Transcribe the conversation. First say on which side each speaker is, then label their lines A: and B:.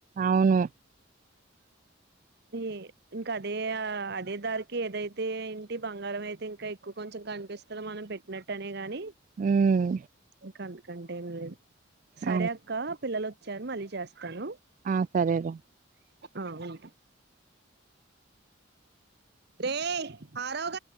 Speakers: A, on the right; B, on the right.
A: అవును
B: తీ ఇంకా అదే అదే ధరకి ఏదైతే ఏంటి బంగారం అయితే ఇంకా ఎక్కువ కొంచెం నిపిస్తది మనం పెట్టినట్టు ఆనే గాని
A: ఉమ్
B: ఇంకా ఎంత కంటే ఏమి లేదు సరే
A: ఆ
B: అక్క పిల్లలు వచ్చారు మళ్ళీ చేస్తాను
A: ఆ సరేరా
B: ఆ వుంటా రేయ్ ఆరవక